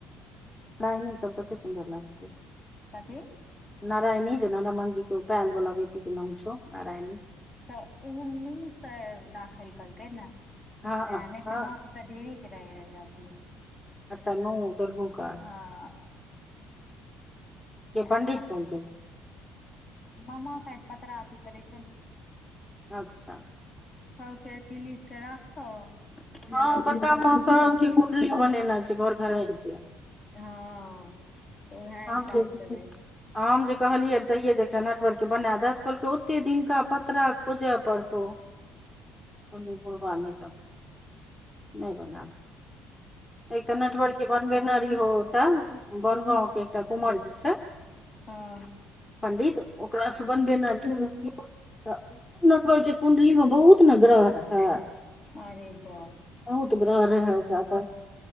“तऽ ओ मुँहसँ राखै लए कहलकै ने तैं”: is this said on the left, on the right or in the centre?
Left